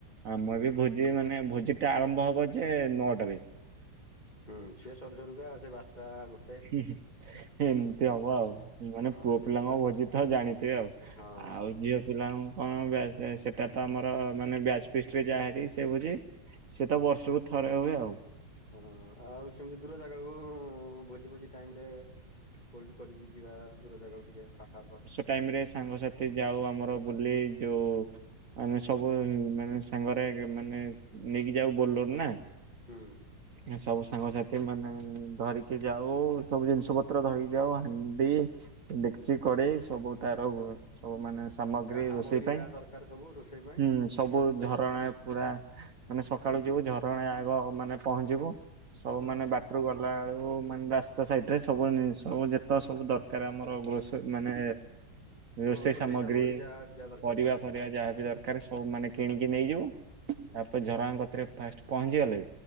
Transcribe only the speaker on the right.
ଆମର
ବି ଭୋଜି ମାନେ ଭୋଜି ଟା ଆରମ୍ଭ ହବ ଯେ ନଅଟାରେ।
ହୁଁ ହୁଁ ଏମତି ହବ ଆଉ, ମାନେ
ପୁଅ
ପିଲାଙ୍କ
ଭୋଜି ଥାଉ ଜାଣିଥିବେ ଆଉ।
ଆଉ ଜିଅ ପିଲାଙ୍କୁ କଣ ବ୍ୟାଚ ଯାଏ, ସେଟା ତ ଆମର ମାନେ ବ୍ୟାଚ ଫିଷ୍ଟ ରେ ଯାଏନି ସେ ଭୋଜି। ସିଏ ତ ବର୍ଷୁକୁ ଥରେ ହୁଏ ଆଉ।
ଟାଇମ୍ ରେ ସାଙ୍ଗସାଥି ଯାଉ ଆମର ବୁଲି ଯୋଉ ମାନେ ସବୁ ମାନେ ସାଙ୍ଗରେ ଆଗେ ମାନେ ନେଇକି ଯାଉ ବୋଲୋର ନା।
ଏଇ ନା ସବୁ ସାଙ୍ଗସାଥ ଥି ମାନେ ଧରିକି ଯାଉ, ସବୁ ଜିନ୍ଷ ପତ୍ର ଧରିକି ଯାଉ। ଆ ଆଣ୍ଡି, ଡେକଚି, କଡେଇ ସବୁ ତାର ହୁଏ। ସବୁ ମାନେ ସାମଗ୍ରୀ
ରୋଷେଇ ପାଇଁ।
ହୁଁ ସବୁ
ଝରଣା ପୁରା ମାନେ ସକାଳୁ ଯିବୁ ଝରଣା ଆଗ ମାନେ ପହଞ୍ଚିବୁ। ସବୁ
ମାନେ ବାଟ ଏଠୁ ଗଲାଳୁକୁ ମାନେ ରାସ୍ତା ସାଇଟ୍ ରେ ସବୁ ନିଷ ସବୁ ଜେତ ତ ସବୁ ଦରକାର ଆମର ଗ୍ରୋସରି। ମାନେ ରୋଷେଇ
ସାମଗ୍ରୀ,
ପରିବା ଫରିବା ଯାହାବି ଦର ଏକାରି ସବୁ ମାନେ କିଣିକି ନେଇଯିବୁ। ତାପରେ
ଝରଣା କତିରେ ଫାଷ୍ଟ ପହଞ୍ଚିଗଲେ